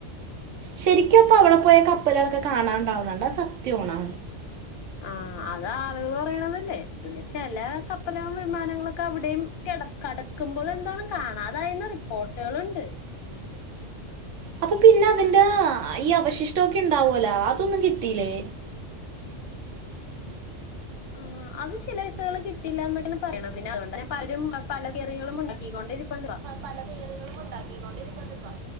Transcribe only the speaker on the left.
ആ അത് ആളുകൾ പറയണതല്ലേ പിന്നെ ചെല കപ്പല്കളും വിമാനങ്ങളൊക്കെ അവിടെയും കെട ക്കടക്കുമ്പോൾ എന്താണ് കാണാതായെന്ന റിപ്പോർട്ടുകളുണ്ട്
ആഹ് അത് ചില വിസകള് കിട്ടിലാന്നൊക്കെയാണ് പറഞ്ഞത് പിന്നെ പലരും പല തിയറികളും ഉണ്ടാക്കികൊണ്ടിരിക്കിപ്പം